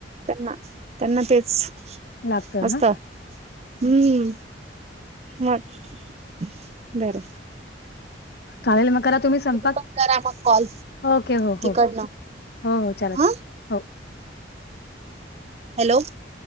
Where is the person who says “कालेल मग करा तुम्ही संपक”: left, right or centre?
Left